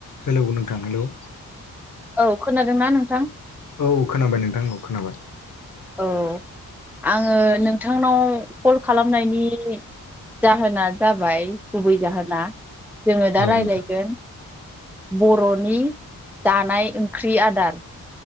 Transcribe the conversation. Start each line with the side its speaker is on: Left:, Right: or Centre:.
Left: Hello नोंथां hello.
Centre: औ खोनादोंना नोंथां?
Left: औ खोनाबाय नोंथां औ खोनाबाय।
Centre: औ आङो नोंथांनाव कल खालामनायनि जाहोना जाबाय गुबै जाहोना जोङो दा
Left: औ
Centre: रायज्लायगोन
Left: नोंथां
Centre: बर'नि दानाय ओंख्रि आदार।